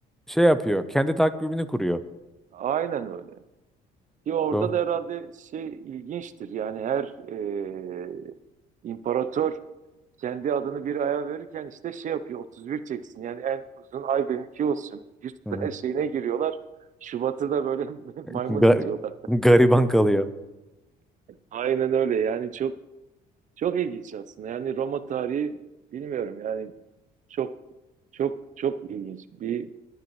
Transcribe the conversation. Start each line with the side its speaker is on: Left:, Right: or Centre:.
Centre: şey yapıyor. Kendi takvimini kuruyor.
Right: Aynen öyle. Ki orada
Centre: Doğru.
Right: da herhalde şey ilginçtir. Yani her e, imparator kendi adını bir aya verirken işte şey yapıyor 31 çeksin. Yani en uzun ay benimki olsun. Bir
Centre: Hı hı.
Right: <laughs> her şeyine giriyorlar. Şubat'ı da böyle <laughs> maymun
Centre: Ga-
Right: ediyorlar.
Centre: gariban kalıyor.
Right: Aynen öyle. Yani çok çok ilginç aslında. Yani Roma tarihi bilmiyorum yani çok çok çok ilginç. Bir